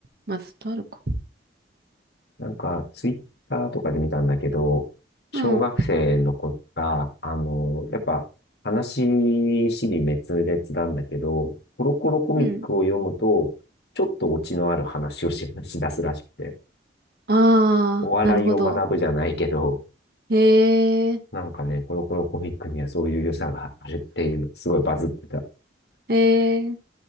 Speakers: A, on the right; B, on the left.
A: まあずっとあるか。
B: なんか、ツイッターとかで見たんだけど、小学生の子が、
A: うん。
B: あの、やっぱ、話しり滅裂なんだけど、コロコロコミックを読むと、
A: うん。
B: ちょっとオチのある話をし、しだすらしくて、
A: ああ、
B: お笑いを学ぶじゃないけど、
A: なるほど。へえ、
B: なんかね、コロコロコミックにはそういう良さがあるっていうの、すごいバズってた。
A: へえ、